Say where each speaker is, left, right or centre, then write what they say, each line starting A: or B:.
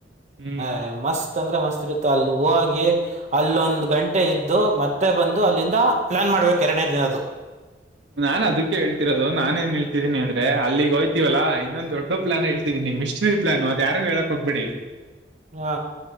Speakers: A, on the right; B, on the right.
A: ಹ್ಮ್
B: ಅ ಮಸ್ತ್ ಅಂದ್ರೆ ಮಸ್ತ್ ಇರುತ್ತೆ ಅಲ್ಲಿ ಹೋಗಿ ಅಲ್ಲೊಂದುಗಂಟೆ ಇದ ಇದು ಮತ್ತೆ ಬಂದು ಅಲ್ಲಿಂದ ಪ್ಲಾನ್ ಮಾಡ್ಬೇಕು ಎರಡನೇ ದಿನದು.
A: ನಾನ್ ಅದಕ್ಕೆ ಹೇಳ್ತಿರೋದು ನಾನ ಏನ್ ಹಳ್ತೀನಿ ಅಂದ್ರೆ ಅಲ್ಲಿ ಹೋಯ್ತವಲ್ಲ ಇನ್ನೊಂದು ದೊಡ್ ಪ್ಲಾನ್ ಹಳ್ತೀ ಇದು ನಿಮ ಮಿಸ್ಟ್ರ ಪ್ಲಾನ್ ಅದು ಯಾರಿಗೂ ಹೇಳಕ್ ಹೋಗಬೇಡಿ.
B: ಹಾ